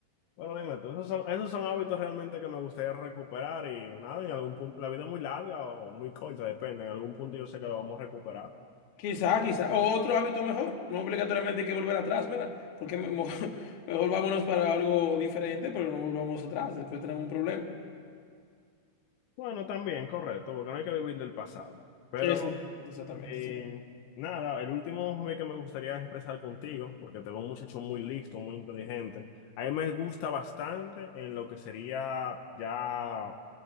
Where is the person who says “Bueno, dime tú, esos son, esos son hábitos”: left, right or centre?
Left